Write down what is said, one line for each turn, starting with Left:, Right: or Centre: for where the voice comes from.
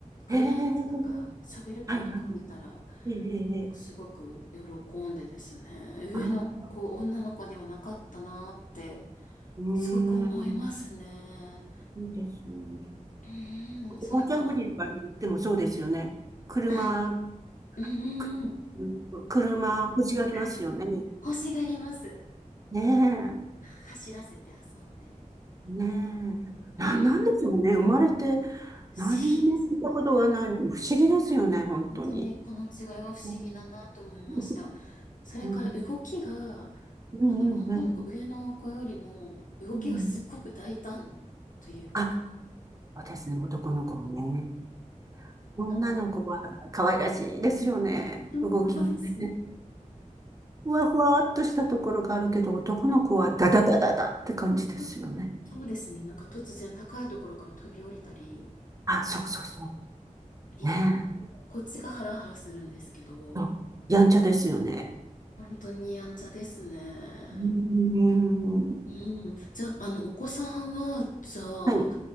Left: クレーン車とか、
Right: へえー、
Left: ショベルカーとか見たら、
Right: はいはい。ええ、ええ、
Left: すごく喜んでですね、上の子、
Right: ああ、
Left: 女の子にはなかったなーって、
Right: うーん。
Left: すごく思いますね。
Right: いいですよね。
Left: うーん、それから、
Right: 紅茶売り場に行ってもそうですよね。車、
Left: はい。うん
Right: く
Left: うんうん。
Right: 車欲しがりますよね。
Left: はい。欲しがります。
Right: ね
Left: は走らせて遊んで。
Right: え、ねえ。
Left: うん。
Right: な、なんでしょうね。生まれて
Left: 不思議ですね。
Right: 何にも聞いたことがないのに不思議ですよね、本当に。
Left: 本当にこの違いは不思議だなと思いました。
Right: ね <laughs>
Left: それから動きが、
Right: うんうんうんうん。
Left: あの、女の子、上の子よりも、動きがすっごく大胆というか、
Right: うんあ、そうですね、男の子ね。女の子は可愛らしいですよね。
Left: あの、そう本当ですね。
Right: 動きもね。ふわふわっとしたところがあるけど、男の子はダダダダダって感じですよね。
Left: とそうですね。なんか突然高いところから飛び降りたり、
Right: あ、
Left: す
Right: そうそうそ
Left: び
Right: う。ねえ。
Left: こっちがハラハラするんですけど、
Right: そうやんちゃですよね。
Left: 本当にやんちゃですね。
Right: うーん。
Left: うん。じゃあ、あの、お子さんは、じゃあ、
Right: はい。